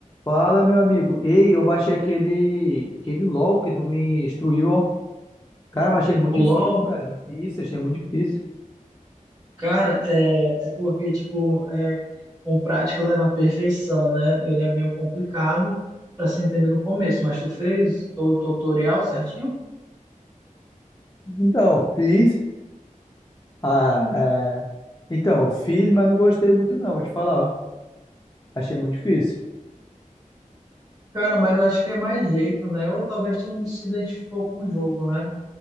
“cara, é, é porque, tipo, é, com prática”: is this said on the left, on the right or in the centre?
Right